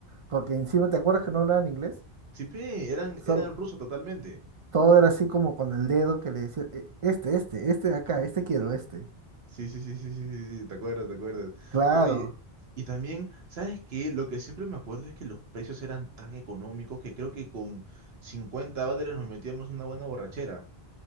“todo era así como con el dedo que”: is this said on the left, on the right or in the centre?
Right